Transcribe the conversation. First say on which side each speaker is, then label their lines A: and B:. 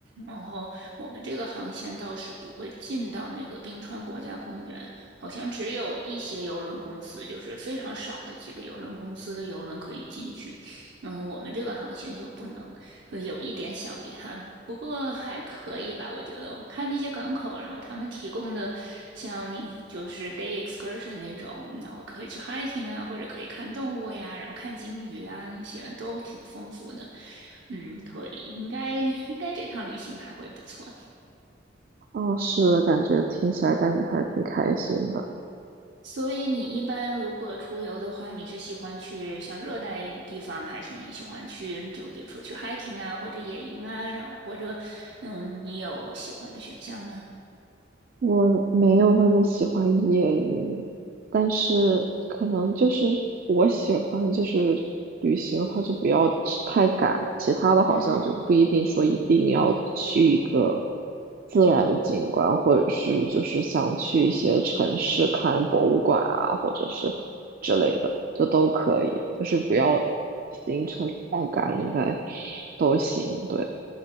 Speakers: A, on the right (about 65°); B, on the right (about 50°).
A: 然后我们这个航线倒是不会进到那个冰川国家公园，好像只有一些邮轮公司，就是非常少的几个邮轮公司的邮轮可以进去。然后我们这个航线就不能。呃有一点小遗憾，不过还可以吧，我觉得。看那些港口，然后他们提供的像就是 day excursion 那种，然后可以去 hiking 啊，或者可以看动物呀，然后看鲸鱼啊，那些都挺丰富的。嗯，可以，应该应该这趟旅行还会不错。
B: 哦，是的，感觉听起来感觉还挺开心的。
A: 所以你一般如果出游的话，你是喜欢去像热带地方，还是你喜欢去就比如说去 hiking 啊，或者野营啊，然后或者嗯，你有喜欢的选项吗？
B: 我没有那么喜欢夜鹰，但是可能就是我喜欢就是旅行的话就不要去太赶，其他的好像就不一定说一定要去一个
A: 嗯，
B: 自然的景观，或者是就是想去一些城市看博物馆啊，或者是之类的，就都可以，就是不要行程太赶，应该都行，对。